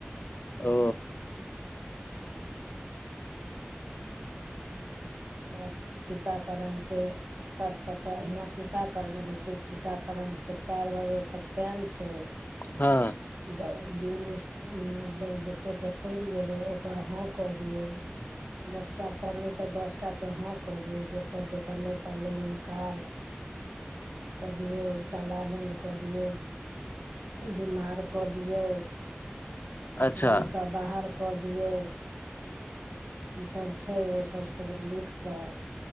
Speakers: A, on the left (about 50°); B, on the right (about 85°).
A: ओ
B: त टीकाकरणके स्तर परर तऽ एहिहिना टीकाकरण होइ छैय। टीकाकरणके चारि बजे तक टाइम छैय।
A: हँ
B: जब दू लिस्ट जब जतेकके पड़ि गेलै ओकर हँ कऽ दियौ। दसटा पड़ले तऽ दसटा के हँ कऽ दियऔ जेकर जेकर नहि पड़लै इन्कार। कऽ दियौ ताला बन्द कऽ दियौ बीमार कऽ दियौ
A: अच्छा
B: गाँवसँ बाहर कऽ दियौ। ई सब छैय ओसभ सभ लिख कऽ